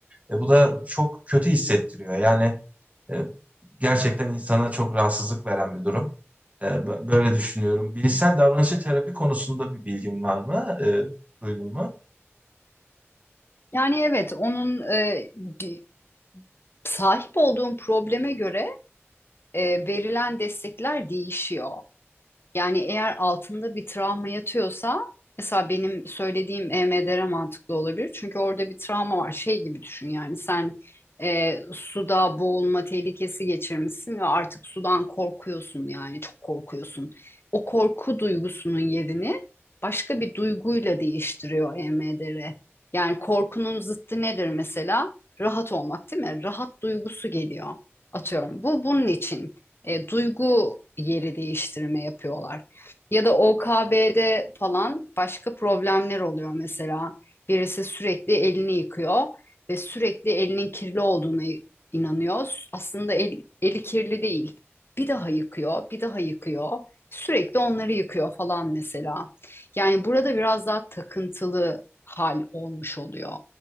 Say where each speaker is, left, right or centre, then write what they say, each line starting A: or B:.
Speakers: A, on the right; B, on the left.
A: E, bu da çok kötü hissettiriyor. Yani e, gerçekten insana çok rahatsızlık veren bir durum. E, b- böyle düşünüyorum. Bilişsel davranışçı terapi konusunda bir bilgin var mı? E, duydun mu?
B: Yani evet onun e, di- sahip olduğun probleme göre e, verilen destekler değişiyor. Yani eğer altında bir travma yatıyorsa mesela benim söylediğim EMDR mantıklı olabilir. Çünkü orada bir travma var. Şey gibi düşün yani sen e, suda boğulma tehlikesi geçirmişsin ve artık sudan korkuyorsun yani çok korkuyorsun. O korku duygusunun yerini başka bir duyguyla değiştiriyor EMDR. Yani korkunun zıttı nedir mesela? Rahat olmak değil mi? Rahat duygusu geliyor. Atıyorum. Bu bunun için e, duygu yeri değiştirme yapıyorlar. Ya da OKB'de falan başka problemler oluyor mesela. Birisi sürekli elini yıkıyor ve sürekli elinin kirli olduğuna inanıyor. Aslında el- eli kirli değil. Bir daha yıkıyor, bir daha yıkıyor. Sürekli onları yıkıyor falan mesela. Yani burada biraz daha takıntılı hal olmuş oluyor.